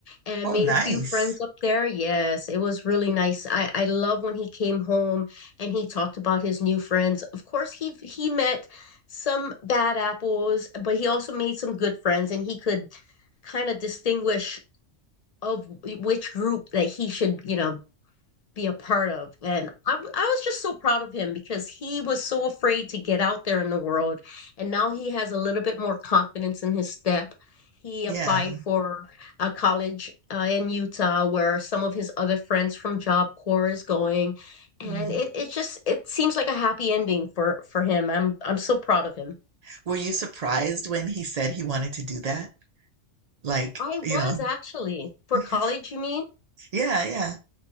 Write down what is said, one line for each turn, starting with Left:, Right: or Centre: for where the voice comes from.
Left: and
Right: Oh,
Left: made
Right: nice.
Left: a few friends up there. Yes, it was really nice. I I love when he came home and he talked about his new friends. Of course, he he met some bad apples, but he also made some good friends, and he could kind of distinguish of which group that he should, you know, be a part of. And I I was just so proud of him because he was so afraid to get out there in the world. And now he has a little bit more confidence in his step. He
Right: Yeah.
Left: applied for a college uh, in Utah where some of his other friends from Job Corps is going. And
Right: hmm
Left: it, it just it seems like a happy ending for for him. I'm I'm so proud of him.
Right: Were you surprised when he said he wanted to do that? Like,
Left: I was
Right: you know.
Left: actually for
Right: <laughs>
Left: college, you mean?
Right: Yeah, yeah.